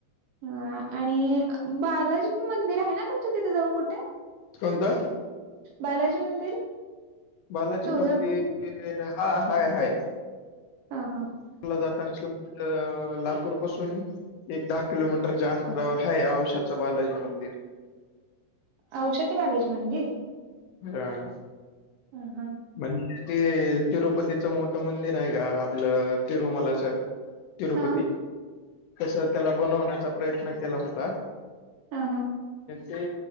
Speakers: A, on the right (about 85°); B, on the left (about 80°).
A: हा आणि बालाजी मंदिर हाय ना, तुमच्या तिथे जवळ कुठे?
B: कोणतं?
A: बालाजी मंदिर.
B: बालाजी
A: तुळजापूर
B: मंदिर. हा, हाय- हाय.
A: हा हा
B: <unintelligible> जात <unintelligible> लातूर पासून एक दहा किलोमीटरच्या अंतरावर हाय. औषाचा बालाजी मंदिर.
A: औषाचं बालाजी मंदिर.
B: हा.
A: ह, ह.
B: पण ते तिरुपतीच मोठं मंदिर हाय का? आपलं, तिरुमलाचं. तिरुपती.
A: हा
B: तसं, त्याला बनवण्याचा प्रयत्न केला होता.
A: हा हा
B: ते